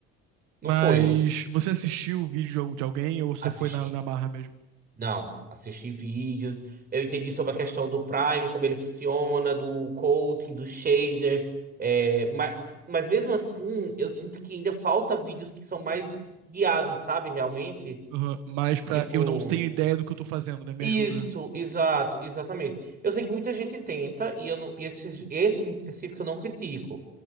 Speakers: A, on the right; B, on the right.
A: não
B: Mas
A: foi
B: você assistiu o vídeo de al- de alguém ou você
A: assistir.
B: foi na, na marra mesmo?
A: Não, assisti vídeos, eu entendi sobre a questão do Prime, como ele funciona, do coating, do shader, é, mas, mas mesmo assim eu sinto que ainda falta vídeos que são mais guiados, sabe, realmente?
B: Aham. Mas pra
A: Tipo,
B: eu não tenho ideia do que eu tô fazendo, né? Me
A: isso,
B: ajuda.
A: exato, exatamente. Eu sei que muita gente tenta, e, eu não, e esses, esses em específico eu não critico.